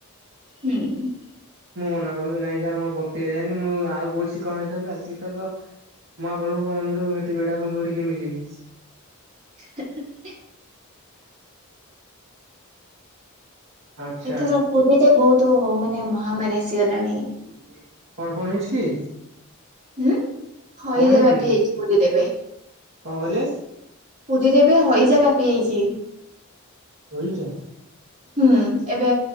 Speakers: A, on the right; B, on the right.
A: <unintelligible>
B: ମୁଁ ମନା କରି ନାଇଁ ସାର୍ ମୋର ବର୍ଷିକା ଯାଇନି ମୁଁ ଆଉ କୋଉ ଶିଖ ହେଇଥାନ୍ତା ସେ ତ ଗ ମହାପ୍ରଭୁଙ୍କମନ୍ଦିରକୁ ନିତିବେଢାକୁ ମୁଁ ସେଠି କେମିତି ଯିବି?
A: <unintelligible>
B: ଆଚ୍ଛା
A: ଏଥର ପୁରୀରେ ବହୁତ ମାନେ ମହାମାରୀ ଆସିଗଲାଣି।
B: ଚିଙ୍ଗୁଡି, କଣ କଣ ହେଇଛି କି?
A: ହୁଁ ହଇଜା
B: କଣ ହେଇଛି
A: ବ୍ଯାପି
B: କି
A: ଯାଇଛି ପୁରୀରେ ଏବେ।
B: କଣ କହିଲେ?
A: ପୁରୀରେ ଏବେ ହଇଜା ବ୍ୟାପି ଯାଇଛି।
B: ପୁଢିଛ!
A: ହୁଁ ଏବେ